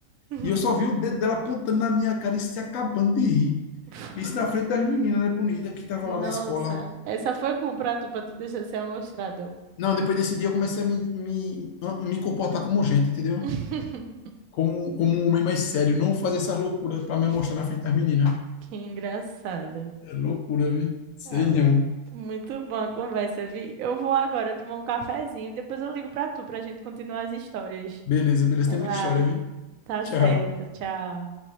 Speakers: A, on the right; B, on the left.
A: <laughs>
B: E eu só vi o dedo dela apontando na minha cara e se acabando de rir.
A: <laughs>
B: Isso na frente das meninas, né, bonita, que tava
A: Nossa,
B: lá na escola.
A: essa foi bom pra tu, pra tu deixar ser amostrador.
B: Não, depois desse dia eu comecei a me, me, me comportar como gente, entendeu?
A: <laughs>
B: Como, como um homem mais sério. Não fazer essas loucuras pra me mostrar na frente das meninas.
A: Que engraçada.
B: É loucura, vi Sei
A: Ah,
B: não.
A: muito boa a conversa, vi. Eu vou agora tomar um cafezinho, depois eu ligo pra tu, pra gente continuar as histórias.
B: Beleza, beleza.
A: É,
B: Tem
A: Vai.
B: muita história, vi
A: Tá
B: Tchau.
A: certo, tchau.